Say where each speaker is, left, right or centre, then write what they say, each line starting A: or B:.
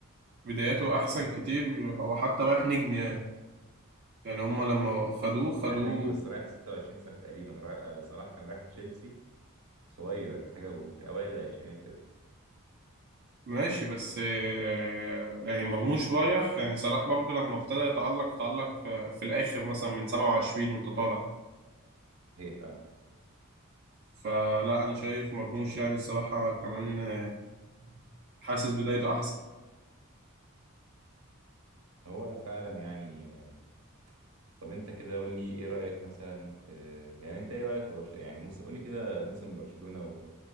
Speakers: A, on the right (about 50°); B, on the right (about 75°).
A: بدايته أحسن كتير هو حتى رايح نجم يعني يعني هما لما خدوه خدوه
B: رايح نجم بس رايح 26 سنة تقريبا رايح آه، صلاح كان رايح تشيلسي صغير حاجة وفي اوائل العشرينات كده
A: ماشي بس آه، يعني مرموش رايح يعني صلاح برضو لما ابتدى يتألق تألق آه، في الآخر مثلا من 27 وأنت طالع
B: صحيح فعلا
A: فلا أنا شايف مرموش يعني الصراحة كمان آه، حاسس بدايته أحسن
B: هو فعلا يعني آه، طب انت كده قول لي ايه رأيك مثلا في يعني انت ايه رأيك في برشلونة يعني موسم قول لي كده موسم برشلونة